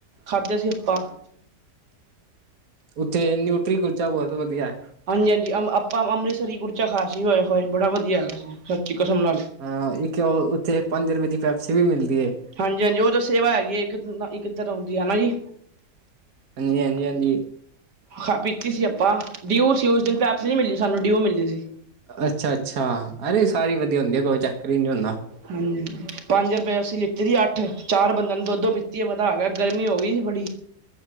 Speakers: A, on the right; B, on the right.
A: ਖਾਧੇ ਸੀ ਆਪਾਂ
B: ਉੱਥੇ ਨਿਊਟਰੀ ਕੁਲਚਾ ਬਹੁਤ ਵਧੀਆ।
A: ਹਾਂਜੀ ਹਾਂਜੀ ‌‌‌, ਅ ਆਪਾਂ ਅੰਮ੍ਰਿਤਸਰ ਹੀ ਕੁਲਚਾ ਖਾਆ ਸੀ ਹੋਏ ਹੋਏ ਬੜਾ ਵਧੀਆ ਸੀ ਸੱਚੀ ਕਸਮ ਨਾਲ।
B: ਹਾਂ ਇੱਕ ਉੱਥੇ ਪੰਜ ਰੁਪਏ ਦੀ ਪੈਪਸੀ ਵੀ ਮਿਲਦੀ ਏ।
A: ਹਾਂਜੀ ਹਾਂਜੀ, ਔਹ ਤਾਂ ਸੇਵਾ ਹੈਗੀ ਹੈ ਇੱਕ ਇੱਕ ਤਰਾ ਦੀ ਦੀ ਹੈਨਾ ਜੀ।
B: ਹਾਂਜੀ ਹਾਂਜੀ, ਹਾਂਜੀ‌,
A: ਖਾ ਪੀਤੀ ਸੀ ਆਪਾਂ ਡਿਊ ਸੀ ਉਸ ਦਿਨ ਪੈਪਸੀ ਨੀ ਮਿਲੀ, ਸਾਨੂੰ ਡਿਊ ਮਿਲੀ ਸੀ।
B: ਅੱਛਾ ਅੱਛਾ, ਅਰੇ ਸਾਰੀ ਵਧੀਆ ਹੁੰਦੀ ਆ ਕੋਈ ਚਕਰ ਵੀ ਨਹੀਂ ਹੁੰਦਾ।
A: ਹੂੰਹੂੰ ‌‌, ਹਾਂਜੀ ਪੰਜ ਰੁਪਏ ਅਸਲੀ। ਲਈਆ ਅੱਠ, ਚਾਰ ਬੰਦਿਆਂ ਨੇ ਦੋ ਦੋ ਪੀਤੀ ਮਜਾ ਆ ਗਿਆ ਗਰਮੀ ਹੋ ਗਈ ਬੜੀ।